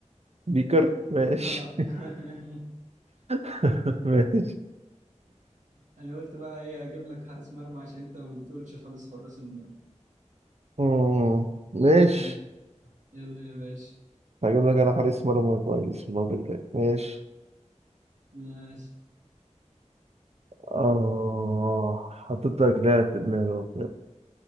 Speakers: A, on the right; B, on the right.
A: بيكر ماشي
B: اه <laughs>
A: <laughs> ماشي
B: انا قلت بقى ايه اجيب لك حارس مرمى عشان انت ما بتقولش خالص حراس المرمى
A: مم. ماشي
B: ايه يلا يا باشا
A: هجيب لك انا حارس مرمى كويس المرة الجاية ماشي
B: ماشي
A: اه حطيت لك لاعب في دماغي أهو.